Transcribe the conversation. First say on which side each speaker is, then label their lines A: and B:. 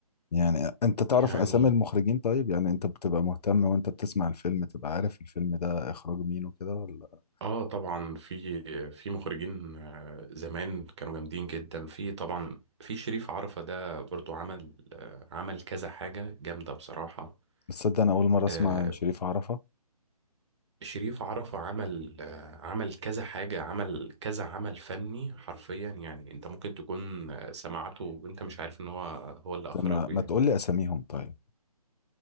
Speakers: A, on the left; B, on the right.
A: يعني انت تعرف
B: يعني
A: اسامي المخرجين طيب يعني انت بتبقى مهتم وانت بتسمع الفيلم تبقى عارف الفيلم ده اخراج مين وكده ولا
B: اه طبعا في في مخرجين آه، زمان كانوا جامدين جدا في طبعا في شريف عرفة ده برضو عمل آه، عمل كذا حاجة جامدة بصراحة
A: تصدق انا اول مره اسمع
B: آه،
A: عن شريف عرفة
B: شريف عرفة عمل آه، عمل كذا حاجة عمل كذا عمل فني حرفيا يعني انت ممكن تكون آه، سمعته وانت مش عارف ان هو هو اللي
A: طب
B: اخرجه
A: ما, ما
B: يعني
A: تقول لي اساميهم طيب